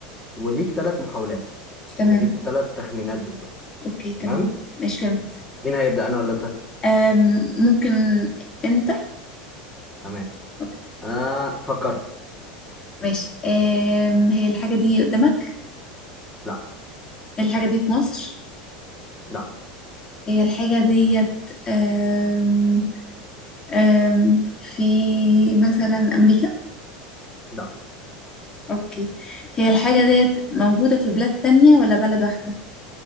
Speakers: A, in the centre; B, on the left.
A: وليك ثلاث محاولات
B: تمام
A: يعني ليك ثلاث تخمينات بالظبط
B: اوكي تمام
A: تمام
B: مش فهمت
A: مين هيبدأ انا ولا انت
B: أم ممكن انت
A: تمام
B: اوكي
A: آه فكرت
B: ماشي أم هي الحاجه دي قدامك
A: لا
B: الحاجه دي في مصر
A: لا
B: هي الحاجه ديت أم أم في مثلا امريكا
A: لا
B: اوكي هي الحاجه ديت موجوده في بلاد تانية ولا بلد واحده